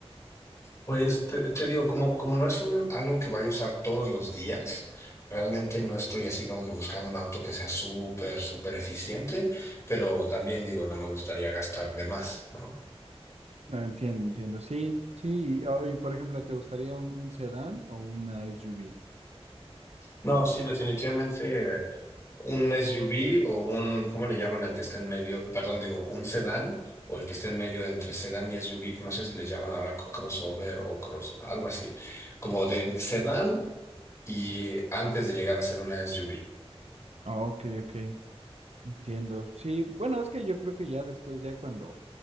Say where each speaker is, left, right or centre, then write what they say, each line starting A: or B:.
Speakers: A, on the left; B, on the right.
A: Pues te, te digo, como, como no es un, algo que vaya a usar todos los días, realmente no estoy así como que buscando un auto que sea súper, súper eficiente, pero también digo, no me gustaría gastar de más, ¿no?
B: No, entiendo, entiendo. Sí, sí. Y, ah, y, por ejemplo, ¿te gustaría un, un sedán o una SUV?
A: No, sí, definitivamente un SUV o un, ¿cómo le llaman al que está en medio? Perdón, digo, un sedán o el que está en medio de entre sedán y SUV, no sé si les llaman ahora co- crossover o cross, algo así, como de sedán y antes de llegar a ser una SUV.
B: Ah, ok, ok. Entiendo. Sí, bueno, es que yo creo que ya después, ya cuando